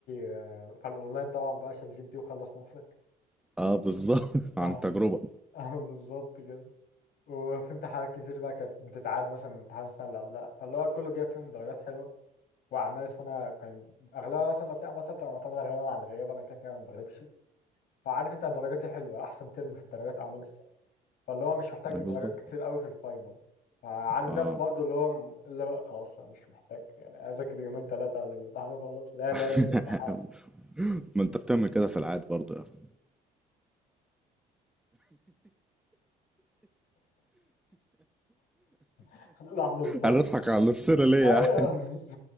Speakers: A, on the left (about 70°); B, in the centre.
A: آه، فالاونلاين طبعا بقى عشان جي بي تي وخلص نفسك
B: اه بالظبط <laughs>
A: فاهمة
B: عن تجربة
A: <laughs> اه بالظبط كده وفي امتحانات كتير بقى كانت بتتعاد مثلا من امتحان السنه اللي قبلها فاللي هو كله جايب فيهم درجات حلوه واعمال السنه كان اغلبها مثلا لو في اعمال سنه بتبقى معتمده غالبا على الغياب انا كده كده ما بغلبش فعارف انت درجاتي حلوه احسن ترم في الدرجات اعمال فاللي هو مش محتاج
B: آه،
A: درجات
B: بالظبط
A: كتير قوي في الفاينل فعارف
B: اه
A: ده برضو اللي هو م- اللي هو خلاص انا مش محتاج يعني اذاكر يومين ثلاثه قبل الامتحان وخلاص لا لا
B: <laughs>
A: للامتحان
B: ما انت بتعمل كده في العادي برضو يا اسطى
A: <laughs> لحظه صمت
B: انا اضحك على نفسنا ليه
A: ايوه
B: يعني
A: بس